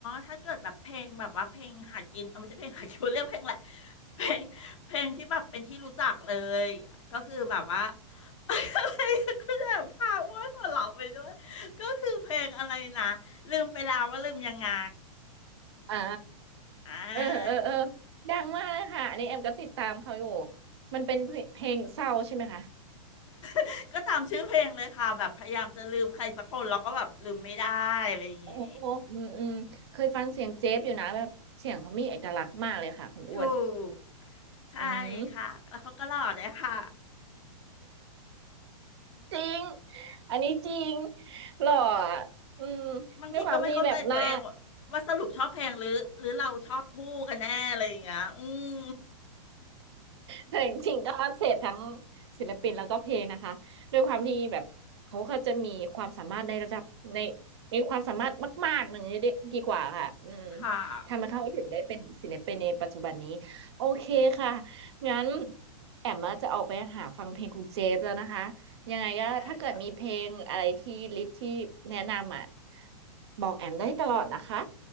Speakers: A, on the left; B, on the right.
A: ถ้าเกิดแบบเพลงแบบว่าเพลงหากินเออไม่ใช่เพลงหากิน <laughs> เรียกเพลงอะไรเพลงเพลงที่แบบเป็นที่รู้จักเลยก็คือแบบว่า <laughs> อะไรคุณแบบพาว่าหัวเราะไปด้วยก็คือเพลงอะไรนะลืมไปแล้วว่าลืมยังไง
B: อ่า
A: อ่
B: เออเออเออ
A: า
B: ดังมากเลยค่ะอันนี้แอมก็ติดตามเขาอยู่ มันเป็นเพลงเพลงเศร้าใช่ไหมคะ
A: <laughs> ก็ตามชื่อเพลงเลยค่ะแบบพยายามจะลืมใครสักคนแล้วก็แบบลืมไม่ได้อะไรอย่างงี้
B: โอ้โหอืมอืมเคยฟังเสียงเจฟอยู่นะแบบเสียงเขามีเอกลักษณ์มากเลยค่ะคุณอ้วน
A: ถูกใช่ค่ะแล้วเขาก็หล่อด้วยค่ะ
B: อืมจริงอันนี้จริงหล่ออ่ะอืม
A: บางทีก็ไม่เข้าใจตัวเองว่าว่าสรุปชอบเพลงหรือหรือเราชอบผู้กันแน่อะไรอย่างเงี้ยอืม
B: ด้วยความที่แบบหน้า แต่จริงๆก็เสพทั้งศิลปินแล้วก็เพลงนะคะด้วยความที่แบบเขาก็จะมีความสามารถในระดับในมีความสามารถมากๆหนึ่างนี้ดีดีกว่าค่ะอืม
A: <laughs> ค่ะ
B: ทำให้เขาถึงได้เป็นศิลปินในปัจจุบันนี้โอเคค่ะงั้นแอมมาจะออกไปหาฟังเพลงคุณเจฟแล้วนะคะยังไงก็ถ้าเกิดมีเพลงอะไรที่ลิสต์ที่แนะนำอ่ะ
A: ได้ค่ะ
B: บอกแอมได้ตลอดนะคะ